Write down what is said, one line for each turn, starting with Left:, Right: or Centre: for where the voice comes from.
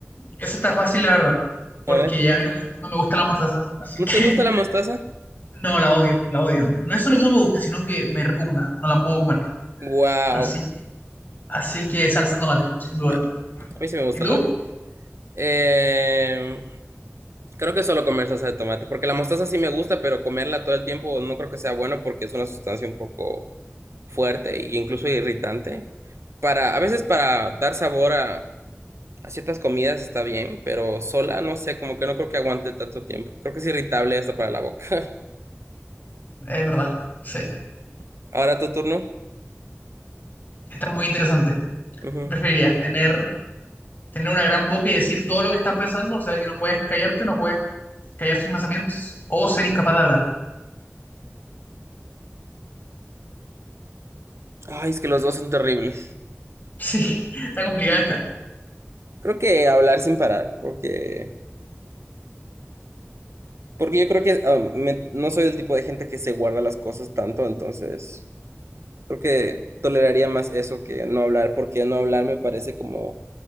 Left: esa está fácil, la verdad. Porque
Right: A ver,
Left: ya a mí no me, no me gusta la mostaza. Así
Right: ¿no
Left: que
Right: te gusta
Left: <laughs>
Right: la mostaza?
Left: no, la odio, la odio. No es solo que no me guste, sino que me repugna. No la puedo comer.
Right: Wow.
Left: Así que, así que salsa de tomate, sin duda.
Right: Ya. A mí sí me gusta
Left: ¿Y tú?
Right: la... Eh, creo que solo comer salsa de tomate, porque la mostaza sí me gusta, pero comerla todo el tiempo no creo que sea bueno porque es una sustancia un poco fuerte e incluso irritante. Para, a veces para dar sabor a, a ciertas comidas está bien, pero sola no sé, como que no creo que aguante tanto tiempo. Creo que es irritable hasta para la boca.
Left: Es verdad. Sí.
Right: <laughs> Ahora tu turno.
Left: Está muy interesante.
Right: Ujú.
Left: ¿Qué ¿Preferirías tener tener una gran boca y decir todo lo que estás pensando, o sea que no puedes callarte, no puedes callar sus pensamientos o ser incapaz de hablar.
Right: Ay, es que los dos son terribles.
Left: Sí, <laughs> está complicada esta.
Right: Creo que hablar sin parar, porque, porque yo creo que ah, me- no soy el tipo de gente que se guarda las cosas tanto, entonces... Creo que toleraría más eso que no hablar, porque no hablar me parece como